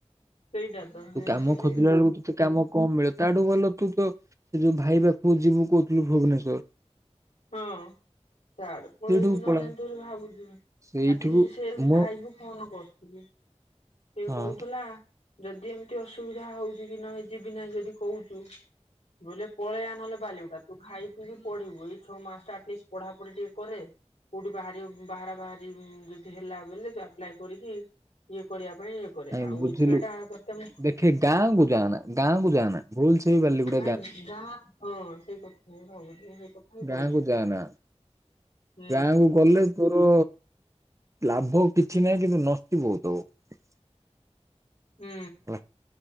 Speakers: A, on the left; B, on the right.
A: ସେଇଟା ତ
B: ତୁ
A: ଏମିତି
B: କାମ
A: ବି
B: ଖୋଜିଲା ବେଳକୁ <unintelligible> ତମ କମ ମିଳ ତାଠୁ ଭଲ ତୁ ତ। ସେ ଯୋଉ ଭାଇ ପାଖକୁ ଯିବୁ କହୁଥିଲୁ ଭୁବନେଶ୍ଵର।
A: ହଁ, ସିଆଡେ ପଳେଇବି
B: ସେଇଠିକୁ
A: ନହେଲେ
B: ପଳା
A: ଏମିତି ବୋଲି ଭାବୁଛି।
B: ସେଇଠିକୁ
A: ଆଜି ସେ
B: ମୋ
A: ଭାଇକୁ ଫୋନ କରୁଥିଲି, ସେ
B: ହଁ
A: କହୁଥିଲା ଯଦି ଏମିତି ଅସୁବିଧା ହଉଛି, କି ନହେ ଯିବି ନାହିଁ ଯଦି କହୁଛୁ ବୋଇଲେ ପଳେଇଆ ନହେଲେ ବାଲିଗୁଡା। ତୁ ଖାଇ ପିିଇ ପଢିବୁ ଏଇ ଛଅ ମାସ ଆଟଲିଷ୍ଟ ପଢାପଢି ଟିକେ କରେ। କୋଉଠି ବାହାରିବ ବାହାରା ବାହାରି ଯଦି ହେଲା, ବୋଇଲେ ଆପ୍ଲାଏ କରିକି ଇଏ କରିବା। ପାଇଁ ଇଏ କରେ
B: ଆଇ
A: ଆଉ
B: ବୁଝିଲୁ,
A: ଏବେଟା ତତେ ମୁଁ
B: ଦେଖେ ଗାଁ କୁ ଯାଆନା, ଗାଁ କୁ ଯାଆନା, ଭୁଲ ସେଇ ବାରିଲୁ ଗୋଟେ
A: <unintelligible>
B: ଗାଁ
A: କହିଲି
B: କୁ ଯାଆନା
A: ହୁଁ
B: ଗାଁ କୁ ଗଲେ। ତୋର ଲାଭ କିଛି ନାହିଁ କିନ୍ତୁ ନଷ୍ଟି ବହୁତ ହବ।
A: ହୁଁ।
B: ହେଲା।